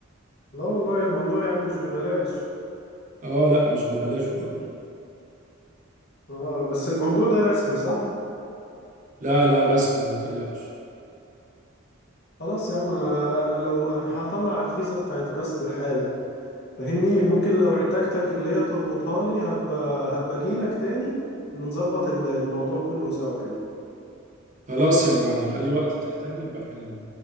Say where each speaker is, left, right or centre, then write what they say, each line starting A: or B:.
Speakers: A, on the left; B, on the right.
A: لا والله الموضوع يعني مش ببلاش
B: اه لا مش ببلاش برضه
A: اه بس الموضوع ده رسمي صح
B: لا لا رسمي ما تقلقش
A: خلاص يا عم انا انا لو انا هطلع الفيزا بتاعت كاست حالا فاهمني ممكن لو احتاجتك اللي هي تربطها لي هبقى هبقى اجيلك تاني نظبط ال- الموضوع كله سوا يعني
B: خلاص يا معلم اي وقت تحتاجني ابقى كلمني